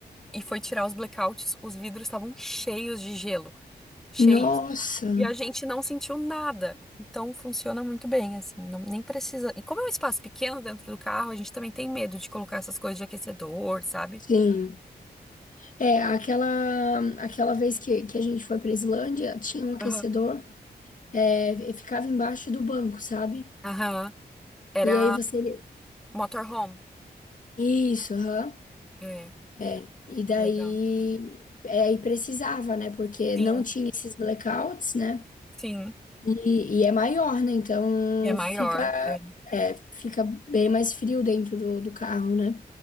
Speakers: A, in the centre; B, on the left.
A: e foi tirar os blackouts, os vidros estavam cheios de gelo, cheios.
B: Nossa,
A: E a gente não sentiu nada. Então funciona muito bem, assim, não- nem precisa. E como é um espaço pequeno dentro do carro, a gente também tem medo de colocar essas coisas de aquecedor, sabe?
B: sim. É, aquela, aquela vez que, que a gente foi pra Islândia, tinha um aquecedor,
A: Aham.
B: é, e ficava embaixo do banco, sabe?
A: Aham. Era
B: E aí você.
A: motorhome.
B: Isso, aham.
A: É,
B: É. E daí.
A: que legal.
B: É, aí precisava, né? Porque
A: Sim,
B: não tinha esses blackouts, né?
A: sim.
B: E, e é maior, né? Então
A: E é maior.
B: fica,
A: É.
B: é, fica bem mais frio dentro do, do carro, né?